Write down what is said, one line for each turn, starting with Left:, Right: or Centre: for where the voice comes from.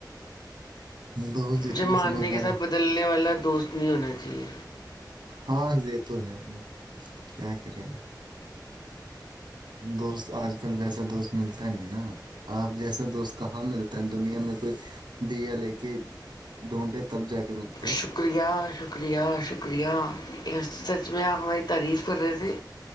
Right: دوست جتنا
Left: جی ماننے
Right: سمجھدار
Left: کے ساتھ
Right: ہو-
Left: بدلنے والا دوست نہیں ہونا چاہیے
Right: ہاں یہ تو ہے کیا کرے دوست آج کل ویسا دوست ملتا نہیں نا آپ جیسا دوست کہاں ملتا ہے دنیا میں کوئی دیا لے کے ڈھونڈے تب جا کے ملتا
Left: شکریہ شکریہ شکریہ شکریہ یہ سچ میں آپ ہماری تعریف کر رہے تھے